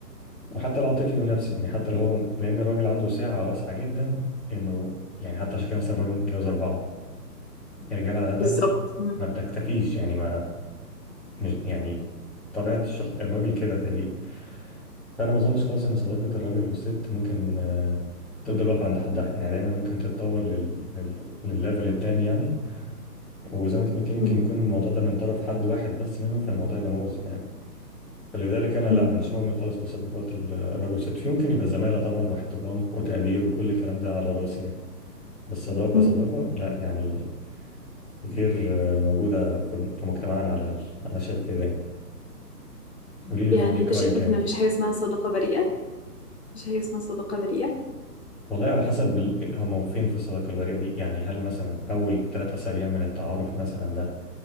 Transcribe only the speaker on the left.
بالظبط مم.
مم.
مم.
مم.
يعني
انت
شايف
ان مفيش حاجة اسمها صداقة بريئة مفيش حاجة اسمها صداقة بريئة